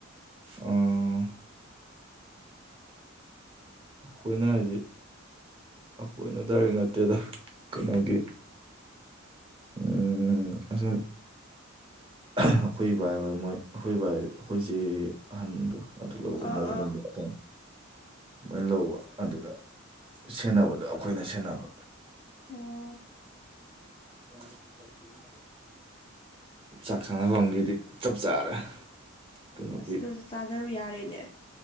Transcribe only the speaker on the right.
ꯑꯝ ꯑꯩꯈꯣꯏꯅ ꯍꯧꯖꯤꯛ <inaudible> ꯑꯩꯈꯣꯏꯅ ꯗꯥꯏꯔꯦꯛ ꯅꯠꯇꯦꯗ ꯀꯩꯅꯒꯤ ꯎꯝ ꯑꯁꯝ ꯑꯩꯈꯣꯏ ꯕꯥꯏ ꯍꯣꯏ ꯃꯣꯏ ꯑꯩꯈꯣꯏ ꯕꯥꯏ ꯑꯩꯈꯣꯏꯁꯦ ꯑꯍꯟꯗꯣ <inaudible>
ꯂꯣꯏ ꯂꯧꯕ ꯑꯗꯨꯗ ꯁꯦꯟꯅꯕꯗꯣ ꯑꯩꯈꯣꯏꯅ ꯁꯦꯟꯅꯕ
<inaudible> ꯆꯥꯛ ꯈꯥꯟꯅꯐꯝꯒꯤꯗꯤ ꯆꯞ ꯆꯥꯔꯦ ꯀꯩꯅꯣꯒꯤ